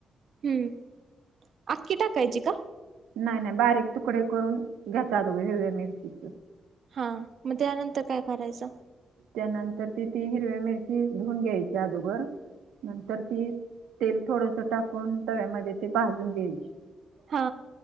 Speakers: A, on the right; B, on the right.
A: हम्म... अख्खी टाकायची का?
B: नाई नाई... बारीक तुकडे करून... घेतात हिरवी मिरची
A: हा... मग त्यानंतर काय करायचं?
B: त्यानंतर ती... तीन हिरव्या मिरची धुऊन घ्यायच्या अगोदर बरं... नंतर ती... तेल थोडसं टाकून... तव्यामध्ये ते भाजून घ्यायची
A: हा